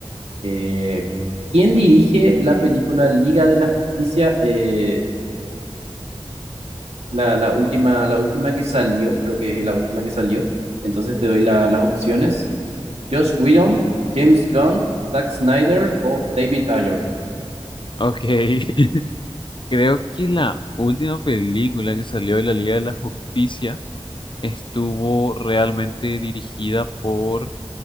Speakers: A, on the right (about 80°); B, on the left (about 50°).
A: Eh, ¿quién dirige la película Liga de la Justicia? Eh, la, la última, la última que salió, creo que es la última que salió. Entonces te doy la- las opciones. Joss Whedon, James Gunn, Zack Snyder o David Ayer.
B: Ok. <laughs> Creo que la última película que salió de la Liga de la Justicia estuvo realmente dirigida por,